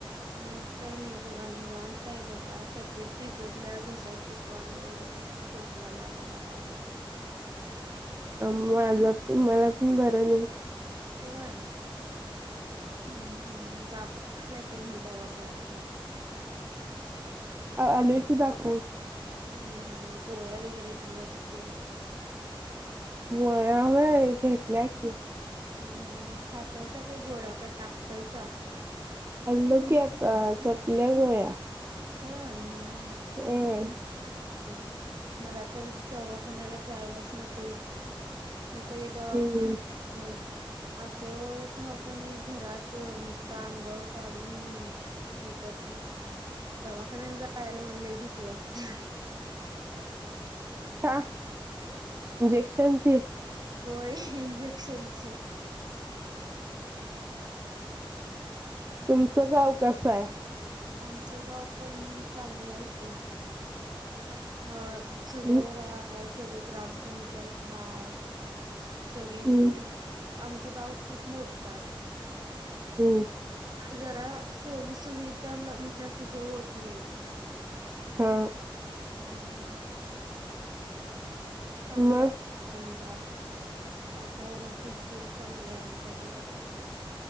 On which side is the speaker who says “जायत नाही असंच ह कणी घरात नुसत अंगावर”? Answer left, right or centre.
Right